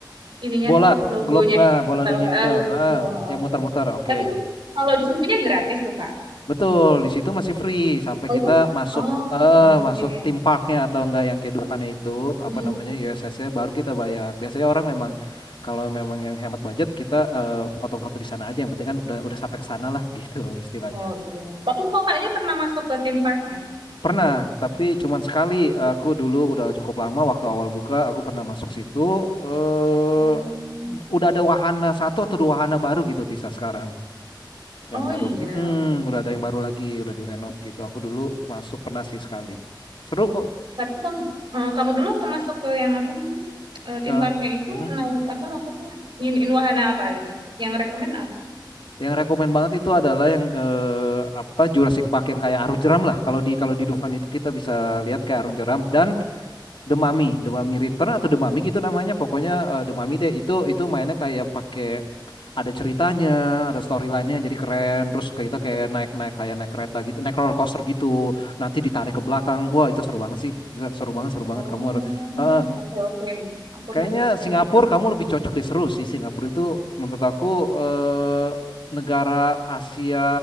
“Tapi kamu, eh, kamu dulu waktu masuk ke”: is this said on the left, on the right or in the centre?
Right